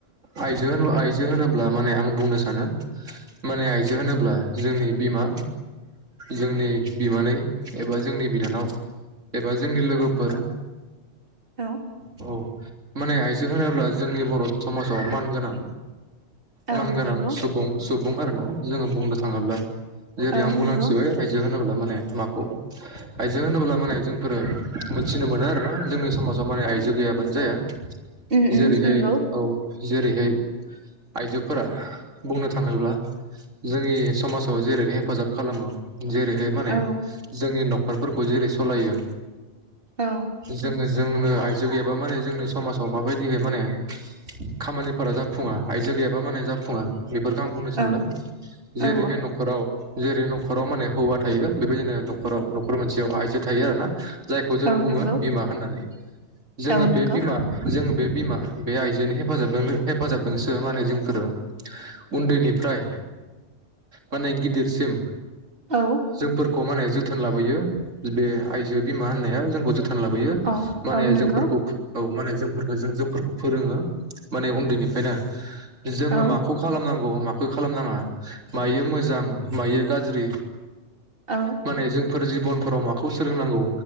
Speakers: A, on the right (about 80°); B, on the right (about 45°).
A: आइजो होन आइजो होनोब्ला माने आं बुंनो सानो माने आइजो होनोब्ला जोंनि बिमा जोंनि बिमानै एबा जोंनि बिनानाव एबा जोंनि लोगोफोर।
B: औ।
A: औ माने आइजो होनोब्ला जोंनि बर' समाजाव मान गोनां।
B: औ
A: मानगोनां
B: नंगौ
A: सुबुं-सुबुं आरो ना। जोङो बुंनो थाङोब्ला। जेरै
B: औ
A: आं बुंलांसिबाय
B: नंगौ
A: आयजो होनोब्ला म। माने माखौ आइजोें होनोब्ला माने जोंफोरो मिथिनो मोनो आरोना जोंनि समाजाव माने आयजो गैयाबानो जाया।
B: उम उम
A: जेरैहाय
B: नंगौ
A: औ। जेरैहाय आइजोफोरा बुंनो थाङोब्ला जोंनि समाजाव जेरै हेफाजाब खालामो। जेरैहाय माने
B: औ
A: जोंनि न बोरफोरखौ जेरै सालायो।
B: औ
A: जोङो। जोंनो आयजो गैयाबा माने <unintelligible> समाजाव माबायदिहै माने खामानिफोरा जाफुङा आयजो गैयाबा माने जाफुङा। बेफोरखौ आं बुंनो सानदों
B: औ
A: जेरैहाय
B: औ
A: न'खराव। जेरै न'खराव माने हौवा थायो बेबायदिनो न'खराव न'खर मोनसेयाव आइजो थायो आरो ना। जायखौ जों
B: औ
A: बुङो
B: नंगौ
A: बिमा होननानै जोङो
B: औ
A: बे
B: नंगौ
A: बिमा। जों बे बिमा बे आइजोनि हेफाजाब हेफाजाबजोंसो माने जोंफोरो उन्दैनिफ्राय माने गिदिरसिम
B: औ
A: जों खौ माने जोथोन लाबोयो बे आइजो बिमा होननाया जोंखौ जोथोन। लाबोयो
B: औ
A: माने
B: औ नंगौ
A: जोंफोरखौ औ माने जोंफोरखौ जों जोंफोरखौ फोरोङो माने उन्दैनिफ्रायना जोङो
B: औ
A: माखौ खालामनांगौ। माखो खालामनाङा मायो मोजां मायो गाज्रि।
B: औ
A: माने जों। फोर जिबनफोराव माखौ सोलोंनांगौ